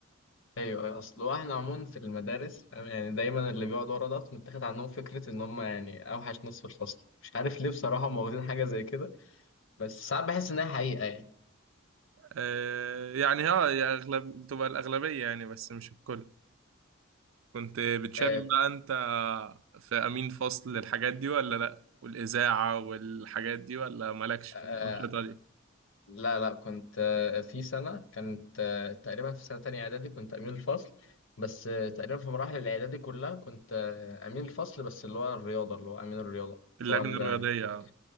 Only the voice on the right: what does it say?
آه، يعني اه يا اغلب تبقى الاغلبيه يعني بس مش الكل كنت بتشارك
بقى انت في امين فصل الحاجات دي ولا لا والاذاعه والحاجات دي ولا مالكش في
الانشطه دي
اللجنه
الرياضيه
آه.